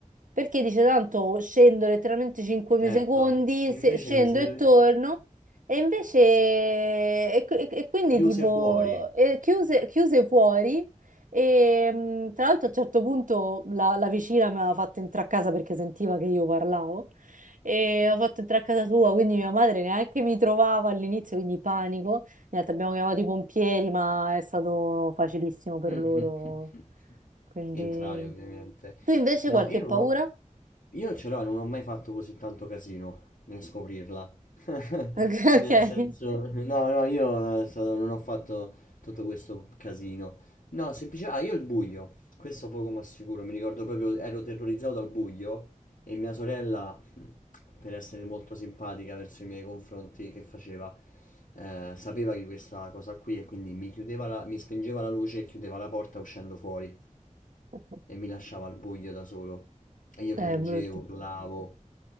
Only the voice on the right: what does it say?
Perché dice tanto scendo letteralmente 5
secondi,
se-
scendo
e torno. E invece, e, qui- e quindi
tipo,
eh, chiuse, chiuse fuori. E mh, tra l'altro a un certo punto la, la vicina mi aveva fatto entrare a casa perché sentiva che io parlavo e ho fatto entrare a casa sua, quindi mia madre neanche mi trovava all'inizio, quindi panico. Niente, abbiamo chiamato i pompieri, ma è stato facilissimo per
loro.
Quindi...
Tu invece
qualche
paura?
<laughs>
Ok.
ok.
Eh,
brutto,